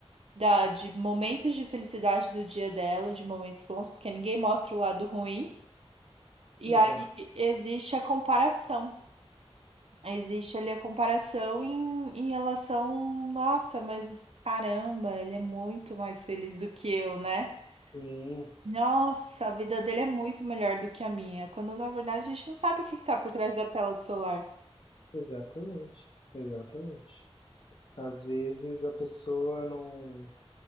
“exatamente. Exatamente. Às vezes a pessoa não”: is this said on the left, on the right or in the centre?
Left